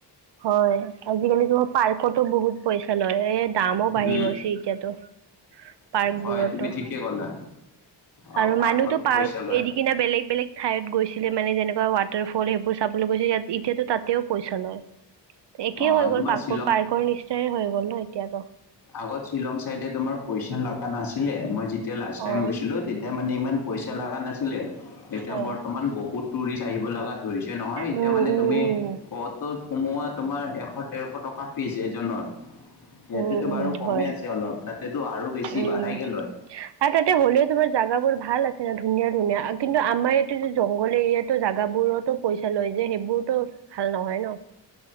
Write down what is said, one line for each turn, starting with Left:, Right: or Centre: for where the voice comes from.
Right: হয়। আজিকালিতো পাৰ্কতো বহুত পইচা লয়। এ দামো
Left: উম
Right: বাঢ়ি গৈছে। এতিয়াতো পাৰ্কবোৰতো,
Left: হয় তুমি ঠিকে ক'লা অ
Right: আৰু
Left: পাৰ্কতো
Right: মানুহতো পাৰ্ক
Left: পইচা লয়
Right: এৰি কিনে বেলেগ-বেলেগ ঠাইত গৈছিলে মানে যেনেকুৱা ৱাটাৰ ফল সেইবোৰ চাবলৈ গৈছিল। ইয়াত এতিয়াতো তাতেও পইচা লয়। একেই
Left: অ
Right: হৈ গ'ল।
Left: তোমাৰ
Right: পাৰ্কৰ-পাৰ্কৰ
Left: শ্বিলং
Right: নিচনাই হৈ গ'ল ন এতিয়াতো।
Left: আগত শ্বিলং চাইডে তোমাৰ পইচা লাগা নাছিলে, মই যেতিয়া লাষ্ট টাইম
Right: অ
Left: গৈছিলোঁ। তেতিয়া মানে ইমান পইচা লাগা নাছিলে। এতিয়া
Right: অ
Left: বৰ্তমান বহুত টুৰিষ্ট আহিব লাগাত ধৰিছে নহয়। এতিয়া
Right: উম
Left: মানে
Right: উম
Left: তুমি
Right: উম
Left: ক'ত? ক'ত সোমোৱা তোমাৰ এশ, ডেৰশ টকা ফিজ এজনৰ, গুৱাহাটী
Right: উম
Left: গুৱাহাটীত
Right: উম
Left: বাৰু কমে
Right: হয়
Left: আছে অলপ, তাতেতো আৰু বেছি
Right: উম
Left: বাঢ়াইকে লয়।
Right: আৰু তাতে হ'লেও তোমাৰ জাগা বোৰ ভাল আছে ধুনীয়া-ধুনীয়া। আ কিন্তু আমাৰ ইয়াতে যে জংঘল এৰিয়াত তো জাগাবোৰতো পইচা লয় যে, সেইবোৰতো ভাল নহয় ন!